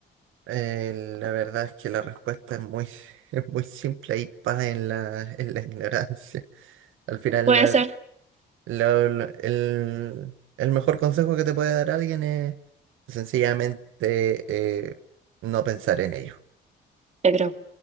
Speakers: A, on the right (about 85°); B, on the right (about 35°).
A: Eh, la verdad es que la respuesta es muy, <laughs> es muy simple y paz en la, en la ignorancia. Al final,
B: Puede ser,
A: Lo- lo- el, el mejor consejo que te puede dar alguien es sencillamente eh, no pensar en ello.
B: yo creo.